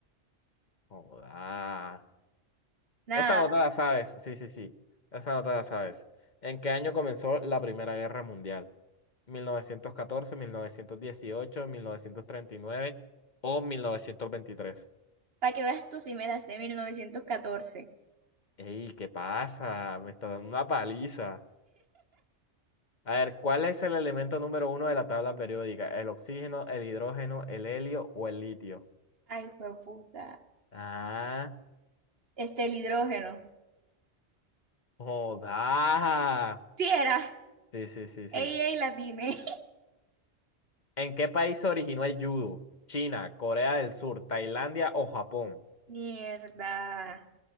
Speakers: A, on the left (about 45°); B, on the right (about 60°).
A: Joda.
B: Nada,
A: Esta nota la sabes. Sí, sí, sí. Esta nota la sabes. ¿En qué año comenzó la Primera Guerra Mundial? Mil mil mil novecientos novecientos novecientos catorce, dieciocho, treinta y nueve o 1923?
B: para que veas tú si me la sé mil novecientos catorce
A: Ey, ¿qué pasa? Me está dando una paliza. A ver, ¿cuál es el elemento número uno de la tabla periódica? ¿El oxígeno, el hidrógeno, el helio o el litio?
B: Ay, puta.
A: Ah,
B: Este, el hidrógeno.
A: joda.
B: Sí era.
A: Sí, sí, sí, sí.
B: Ey, ey, la tiene.
A: ¿En qué país se originó el judo? ¿China, Corea del Sur, Tailandia o Japón?
B: <laughs> Mierda.